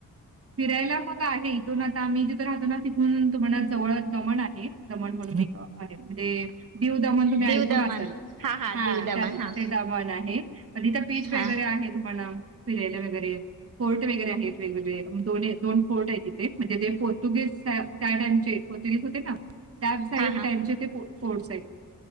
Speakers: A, on the right (about 40°); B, on the right (about 70°).
A: फिरायला मग आहे इथून आता आम्ही जिथं राहतो ना तिथून तुम्हाला जवळ दमण आहे दमण म्हणून एक गावं म्हणजे दीव दमन तुम्ही
B: दीव
A: ऐकून
B: दमण
A: असाल हा
B: दीव दमण
A: त्यातला
B: हा
A: दमण आहे तिथं बिच वगैरे
B: हा
A: आहे तुम्हाला फिरायला वगैरे फोर्ट वगरे आहेत वेगवेगळे दो दोन फोर्ट आहे तिथे म्हणजे जे पोर्तुगीज त्या टाइमचे पोर्तुगीज होते ना त्या साईड
B: हा
A: टॅनचे ते फोर्ट साइड